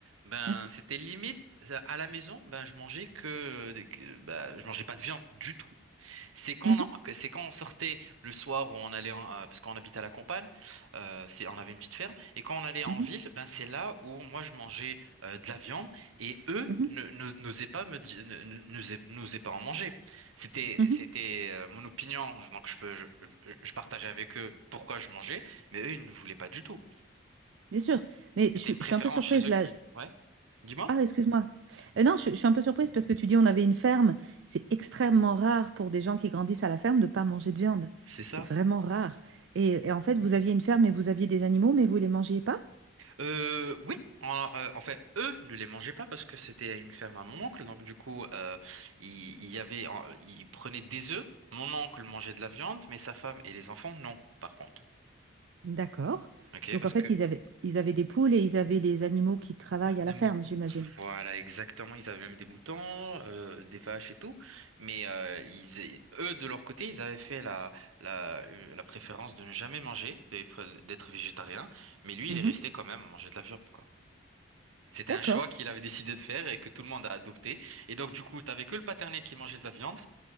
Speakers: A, on the right; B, on the right.
A: ben,
B: mhm,
A: c'était limite à la maison, ben, je mangeais que, euh, des- que- ben, je mangeais pas de viande du tout. C'est quand,
B: mhm,
A: on en- que- c'est quand on sortait le soir où on allait en- euh, parce qu'on habitait à la campagne, euh, c'est, on avait une petite ferme et quand on allait en
B: mhm,
A: ville, ben c'est là où moi je mangeais euh, de la viande et eux
B: mhm,
A: ne, ne- n'osaient pas me di- ne- ne- n'osaient n'osaient pas en manger. C'était
B: mhm,
A: c'était
B: mhm.
A: euh, mon opinion donc je peux je, je- je partageais avec eux pourquoi je mangeais mais eux ils ne voulaient pas du tout.
B: Bien sûr, mais
A: C'était
B: je, suis
A: une préférence
B: je suis un peu surprise
A: chez eux
B: là.
A: qui ouais dis-moi.
B: Ah, excuse-moi. Euh, non, je, je suis un peu surprise parce que tu dis on avait une ferme. C'est extrêmement rare pour des gens qui grandissent à la ferme de ne pas manger de viande.
A: C'est ça.
B: C'est vraiment rare. Et, et en fait, vous aviez une ferme et vous aviez des animaux, mais vous les mangiez pas?
A: Euh, oui, en, euh, en fait, eux ne les mangeaient pas parce que c'était à une ferme à mon oncle. Donc du coup, euh, il, il y avait, en- il prenait des œufs. Mon oncle mangeait de la viande, mais sa femme et les enfants non, par contre.
B: D'accord.
A: Ok,
B: Donc
A: parce
B: en fait,
A: que
B: ils avaient, ils avaient des poules et ils avaient les animaux qui travaillent
A: les
B: à la
A: mout-
B: ferme, j'imagine.
A: Voilà, exactement. Ils avaient même des moutons, euh, des vaches et tout. Mais euh, ils, a- eux, de leur côté, ils avaient fait la, la, euh, la préférence de ne jamais manger, d'être d'être végétarien. Mais lui,
B: Mhm.
A: il est resté quand même manger de la viande, quoi. C'était
B: D'accord.
A: un choix qu'il avait décidé de faire et que tout le monde a adopté. Et donc, du coup, t'avais que le paternel qui mangeait de la viande